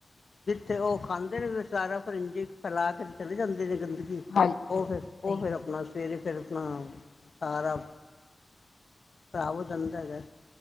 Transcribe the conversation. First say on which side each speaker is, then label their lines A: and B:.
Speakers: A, on the left (about 60°); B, on the left (about 90°).
A: ਤੇ ਉਹ ਖਾਂਦੇ ਨੇ, ਵਿਚ ਸਾਰਾ ਫਿਰ ਇੰਝ ਫੈਲਾ ਕੇ ਚਲੇ ਜਾਂਦੇ ਨੇ ਗੰਦਗੀ। ਹੂ,
B: ਹਾਂਜੀ
A: ਉਹ
B: ਹਾਂਜੀ
A: ਫਿਰ ਉਹ
B: ਸਹੀ
A: ਫਿਰ
B: ਗੱਲ
A: ਆਪਣਾ ਸਵੇਰੇ ਫਿਰ ਆਪਣਾ ਸਾਰਾ ਖ਼ਰਾਬ ਹੋ ਜਾਂਦਾ ਹੈਗਾ।